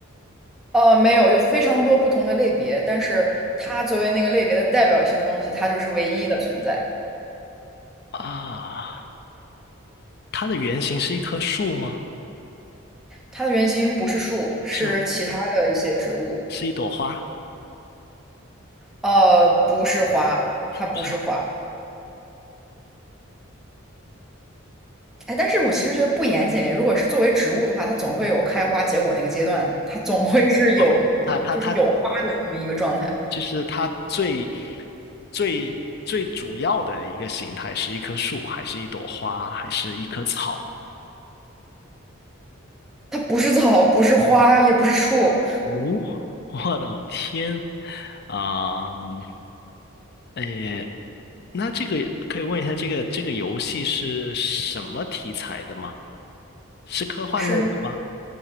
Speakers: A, in the centre; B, on the left.
A: 呃，没有，有非常多不同的类别，但是它作为那个类别的代表性的东西，它就是唯一的存在。
B: 啊，它的原型是一棵树吗？
A: 它的原型不是树，是其他的一些植物。
B: 是哦，是一朵花，
A: 呃，不是花，
B: 也不是
A: 它不是花。哎，但是我其实觉得不严谨。如果是作为植物的话，它总会有开花结果那个阶段，它总会是有，
B: 哦。它它它
A: 就是有花的那么一个状态。
B: 就是它最最最主要的一个形态是一棵树，还是一朵花，还是一棵草？
A: 它不是草，不是花，也不是树。
B: 哦，<laughs> 我的天，啊、嗯，诶那这个可以问一下，这个这个游戏是什么题材的吗？是科幻类的吗？
A: 是。